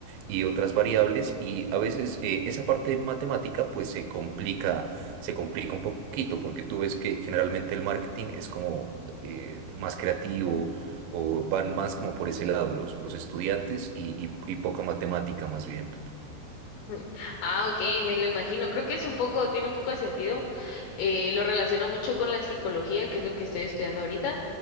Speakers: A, on the right; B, on the left.
A: y otras variables. Y a veces eh, esa parte matemática pues se complica, se complica un poquito, porque tú ves que generalmente el marketing es como eh, más creativo o van más como por ese lado los, los estudiantes y, y- y poca matemática más bien.
B: <laughs> Ujú. Ah, ok, me lo imagino. Creo que es un poco, tiene un poco de sentido. Eh, lo relaciono mucho con la psicología, que es lo que estoy estudiando ahorita.